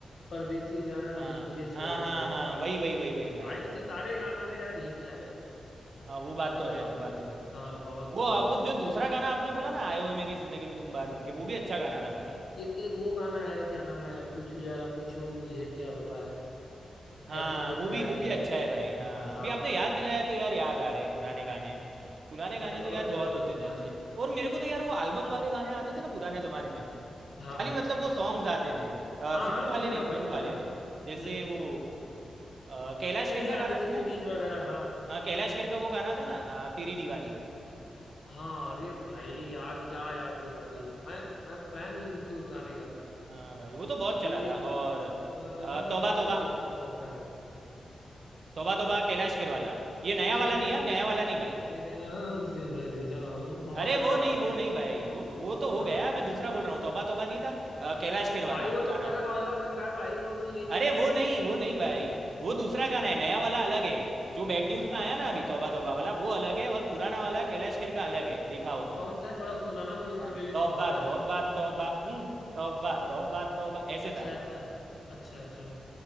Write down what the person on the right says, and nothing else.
हाँ
हाँ
हाँ
हाँ
वही वही वही वही भाई
हाँ वो बात
तो है
वो बात
तो
है
वो
वो जो
दूसरा गाना आपने बोला ना आए हुए मेरी जिंदगी में तुम बार बन के वो भी अच्छा गाना था भाई
हाँ
वो भी वो भी
अच्छा
है भाई हाँ
अभी आपने
याद
दिलाया तो यार याद आ रहे हैं पुराने गाने पुराने गाने
तो
यार बहुत
होते थे
अच्छे
और मेरे को तो यार वो एल्बम वाले गाने आते थे ना पुराने ज़माने में
खाली
मतलब वो सॉन्ग्स आते थे अ,
फिल्म
वाले नहीं
फिल्म
वाले
ने जैसे
वो अ, कैलाश
खेर का
गाना
सुना है
हाँ कैलाश खेर का वो गाना था ना अ, तेरी दीवानी
हाँ भाई वो तो बहुत चला
था और
अ, तौबा
तौबा
तौबा तौबा कैलाश खेर
वाला
ये नया
वाला नहीं है
नया वाला नहीं भाई
अरे
वो नहीं
वो
नहीं भाई वो वो तो हो
गया मैं दूसरा बोल रहा हूँ तौबा तौबा नहीं था अ, कैलाश खेर
वाला
पुराना
अरे वो
नहीं वो नहीं भाई वो दूसरा
गाना है नया वाला अलग है जो बैड न्यूज
में आया ना अभी तौबा तौबा वाला वो अलग है और पुराना वाला कैलाश खेर का अलग है देखा हो तो
हाँ
तौबा
तौबा
तौबा हम्म तौबा तौबा तौबा ऐसे
था